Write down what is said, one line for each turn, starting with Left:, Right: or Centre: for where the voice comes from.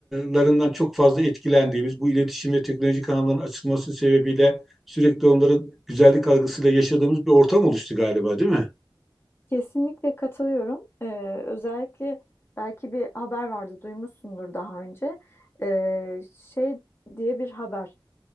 Centre: larından çok fazla etkilendiğimiz, bu iletişim ve teknoloji kanallarının açılması sebebiyle sürekli onların güzellik algısıyla yaşadığımız bir ortam oluştu galiba değil mi?
Left: Kesinlikle katılıyorum. Ee, özellikle belki bir haber vardı, duymuşsundur daha önce. Ee, şey diye bir haber